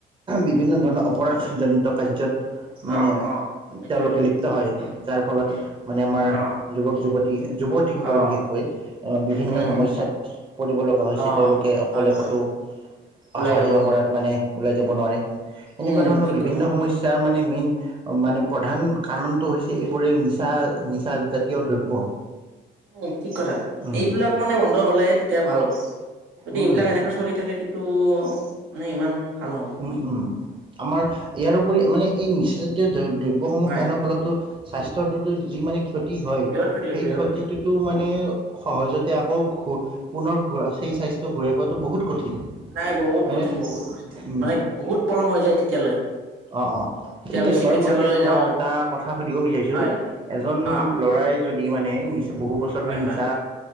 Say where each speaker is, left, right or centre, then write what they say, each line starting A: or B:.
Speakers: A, on the right (about 25°); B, on the right (about 85°).
A: বিভিন্ন ধৰণৰ অপৰাধজনিত কাৰ্যত, মানে
B: অ' অ'। সেইটোৱে
A: তেওঁলোকে লিপ্ত হয়। যাৰ ফলত মানে আমাৰ
B: অ
A: যুৱক-যুৱতী, যুৱতীসকল
B: অ
A: বিশেষকৈ। বিভিন্ন
B: উম
A: সমস্যাত পৰিব লগা হৈছে,
B: অ
A: তেওঁলোকে অকলে
B: হয় হয়
A: ক'তো
B: ওলাই
A: অহা
B: যাব
A: যোৱা
B: নোৱাৰে
A: কৰাত মানে ওলাই যাব নোৱাৰে, এনেকুৱা
B: উম
A: ধৰণৰ
B: ঠিক
A: বিভিন্ন
B: কথা
A: সমস্যাৰ মানে মেইন মানে প্ৰধান কাৰণটো হৈছে এইবোৰে নিচা- নিচা জাতীয় দ্ৰব্য।
B: উম' ঠিক কথা।
A: উম
B: এইবিলাক মানে বন্ধ হ'লেহে তেতিয়া ভাল হ'ব। যদি
A: উম
B: এইবিলাক
A: উম
B: এনেকে চলি থাকে, কিন্তু মানে ইমান ভাল নহ'ব।
A: উম' উম' আমাৰ ইয়াৰ উপৰি মানে এই নিচা জাতীয় দ্ৰ-দ্ৰব্যসমূহ
B: হয়
A: সেৱনৰ ফলতো স্বাস্থ্যৰ প্ৰতি যি মানে ক্ষতি হয়,
B: বৃহৎ ক্ষতি হয়
A: সেই
B: বৃহৎ
A: ক্ষতিটোত
B: ক্ষতি হয়
A: টো মানে সহজতে আকৌ ঘূ পুনৰ ঘূৰা সেই স্বাস্থ্য ঘূৰাই পোৱাটো বহুত কঠিন।
B: নাই বহুত
A: হয়নে?
B: কঠিন, বহুত কঠিন
A: উম।
B: মানে বহুত পলম হৈ যায় তেতিয়ালৈ।
A: অ' অ'
B: তেতিয়া
A: ঠিক
B: আমি
A: আছে,
B: চিকিৎসালয়লৈ
A: বাৰু মই এতিয়া তোমাক
B: যাওঁ
A: এটা কথা সুধিব বিচাৰিছোঁ।
B: হয়
A: এজন
B: অ
A: ল'ৰাই যদি মানে নিচা বহু বছৰ ধৰি
B: হয়
A: নিচা
B: হয়